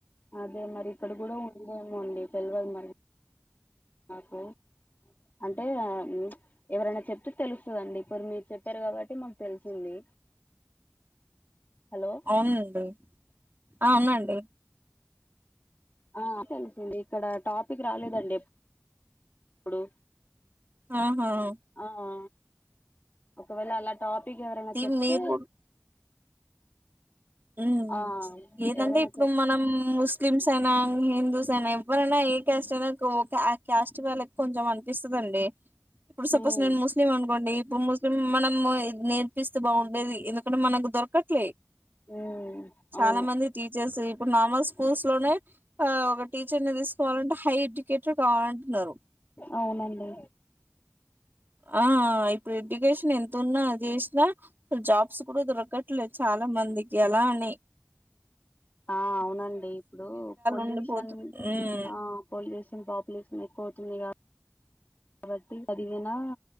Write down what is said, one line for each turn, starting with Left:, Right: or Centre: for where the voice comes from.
Left: అదే మరి ఇక్కడ గుడ ఉందేమో అండి తెలవదు మరి. కు అంటే ఆ మ్ ఎవరన్న చెప్తే తెలుస్తదండి ఇప్పుడ్ మీర్ చెప్పారు కాబట్టి మాకు తెలిసింది హలో
Right: అవునండి, ఆ వునండి
Left: ఆ తెలిసింది ఇక్కడ టాపిక్ రాలేదండెప్ ప్పుడు
Right: ఆహా
Left: ఆహా ఒకవేళ అలా టాపిక్ ఎవరన్న
Right: ది
Left: చెప్తే
Right: మీరు ఉమ్ హ్
Left: ఆ
Right: ఏదంటే
Left: ఎవరైనా
Right: ఇప్పుడు
Left: చెప్
Right: మనం ముస్లిమ్స్ అయినా, హిందూస్ అయినా ఎ వ్వరన్న ఏ క్యాస్ట్ అయిన ఓ క్ ఆ క్యాస్ట్ వాళ్ళకి కొంచెం అనిపిస్తదండి ఇప్పుడు సపోస్
Left: మ్మ్
Right: నేన్ ముస్లిం అనుకోండి ఇప్పుడు ముస్లిం మనం నేర్పిస్తే బావుండేది ఎందుకంటే మనకు దొరకట్లే
Left: మ్మ్
Right: చాలా
Left: అవును
Right: మంది టీచర్స్ ఇప్పుడు నార్మల్ స్కూల్స్ లోనే ఆ ఒక టీచర్ ని దీసుకోవాలంటే హై ఎడ్యుకేటెడ్ కావాలంటున్నరు
Left: అవునండి
Right: ఆ ఇప్పుడు ఎడ్యుకేషన్ ఎంతున్నా జేసిన జాబ్స్ కూడ దొరకట్లే చాలా మందిక్ ఎలా అండి
Left: ఆ అవునండి ఇప్పుడూ పొల్యూషన్
Right: ఉండిపోతు ఉమ్
Left: ఆ పొల్యూషన్ పాపులేషన్ ఎక్ పోతుందిగా బట్టి చదివినా